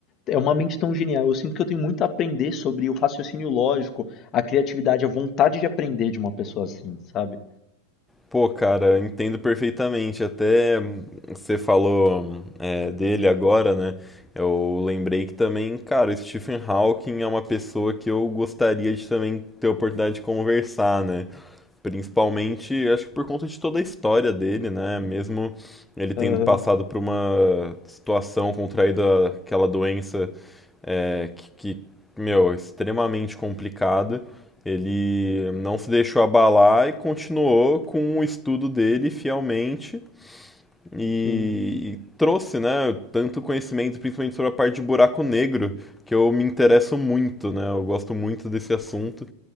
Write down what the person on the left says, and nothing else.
é uma mente tão genial? Eu sinto que eu tenho muito a aprender sobre o raciocínio lógico, a criatividade, a vontade de aprender de uma pessoa assim, sabe?
Aham,
sim.